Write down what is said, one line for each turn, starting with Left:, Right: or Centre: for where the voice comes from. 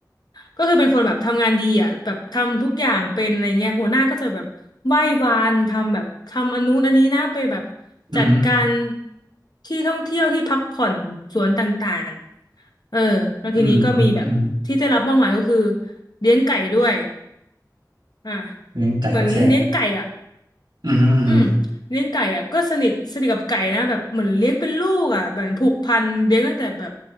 Left: ก็คือเป็นคนแบบทำงานดีอ่ะแบบทำทุกอย่างเป็นอะไรเงี้ยหัวหน้าก็จะแบบไหว้วานทำแบบทำอันนู้นอันนี้นะไปแบบ
Right: อือหือ
Left: จัดการที่ท่องเที่ยวที่พักผ่อนสวนต่างๆเออแล้วทีนี้ก็มีแบบที่ได้รับมอบหมายก็คือ
Right: อืมอืมอืม
Left: เลี้ยงไก่ด้วยอ่ะ
Right: เลี้ยงไก่โอเค
Left: เหมือนเลี้ยงไก่อ่ะ
Right: อือหืออือหือ
Left: อืมเลี้ยงไก่อ่ะก็สนิทสนิทกับไก่นะแบบเหมือนเลี้ยงเป็นลูกอ่ะแบบผูกพันเลี้ยงตั้งแต่แบบ